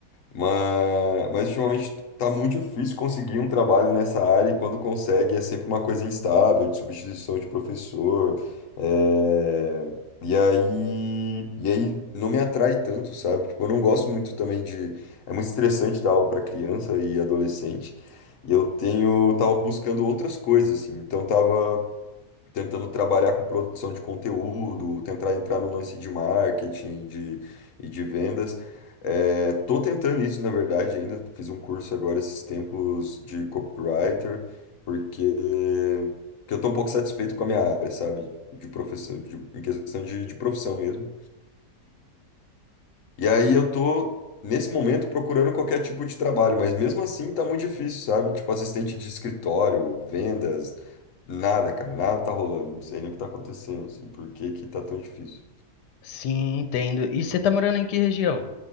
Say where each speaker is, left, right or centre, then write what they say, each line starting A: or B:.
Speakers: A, on the left; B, on the left.
A: Mas, mas ultimamente tá muito difícil conseguir um trabalho nessa área e quando consegue é sempre uma coisa instável, de substituição de professor. é, E aí, e aí não me atrai tanto, sabe? Tipo, eu não gosto muito também de. É muito estressante dar aula para criança e adolescente. E eu tenho, tava buscando outras coisas, assim. Então tava tentando trabalhar com produção de conteúdo, tentar entrar no lance de marketing de, e de vendas. É, tô tentando isso, na verdade, ainda. Fiz um curso agora esses tempos de copywriter, porque, porque eu tô um pouco satisfeito com a minha área, sabe? De profissão, de- em questão de, de profissão mesmo. E aí eu tô, nesse momento, procurando qualquer tipo de trabalho, mas mesmo assim tá muito difícil, sabe? Tipo, assistente de escritório, vendas, nada, cara, nada tá rolando. Não sei nem o que tá acontecendo, assim, por que que tá tão difícil.
B: sim, entendo. E você tá morando em que região?